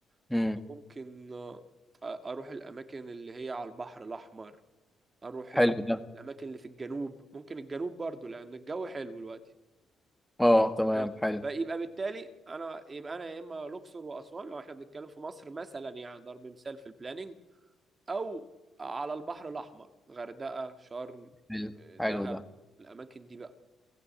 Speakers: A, on the right; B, in the centre.
A: فممكن
B: امم
A: آه، أروح الأماكن اللي هي على البحر الأحمر اروح ال-
B: حلو ده
A: الاماكن اللي في الجنوب ممكن الجنوب برضو لان الجو حلو دلوقتي
B: اه تمام
A: اه
B: حلو
A: فيبقى بالتالي انا يبقى انا يا اما الاقصر واسوان لو احنا بنتكلم في مصر مثلا يعني ضرب مثال في البلاننج او على البحر الاحمر غردقه شرم
B: حلو
A: آه، دهب
B: حلو ده
A: الاماكن دي بقى